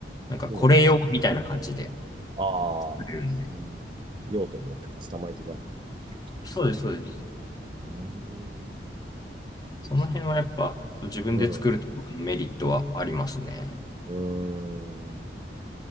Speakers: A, on the left; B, on the right.
A: なんか、
B: そうなんですね。
A: これ用みたいな感じで。
B: ああ、
A: うん
B: そういう用途によってカスタマイズができるってことですね。
A: そうです、そうです。
B: うーん、
A: その辺はやっぱ自分で作るとこのメリットはありますね。
B: いいですね。うん、うーん。